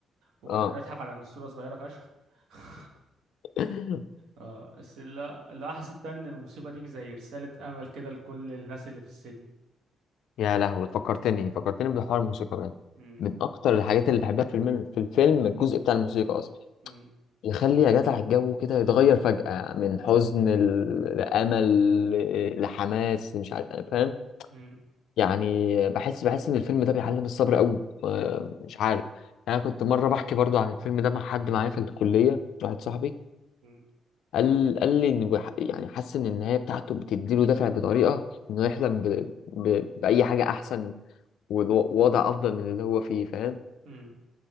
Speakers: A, on the right; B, on the left.
A: وكنا
B: اه
A: بنضحك على ان الصوره صغيره فشخ <laughs>
B: <laughs>
A: اه بس لا لا حسيت بقى ان الموسيقى دي زي رسالة امل كده لكل الناس اللي في السجن
B: يا لهوي فكرتني فكرتني بحوار الموسيقى ده
A: م-
B: من اكتر الحاجات اللي بحبها في الفيلم في الفيلم الجزء بتاع الموسيقى اصلا
A: م-
B: يخلي يا جدع الجو كده يتغير فجأة من حزن ل- لأمل ل- لحماس مش عارف انا فاهم
A: م-
B: يعني بحس بحس ان الفيلم ده بيعلم الصبر قوي آه، مش عارف يعني انا كنت مره بحكي برضو عن الفيلم ده مع حد معايا في الكليه واحد صاحبي
A: م-
B: قال قال لي ان بح- يعني حاسس ان النهايه بتاعته بتديله دافع بطريقه انه يحلم ب... ب... باي حاجه احسن ووضع افضل من اللي هو فيه فاهم
A: م-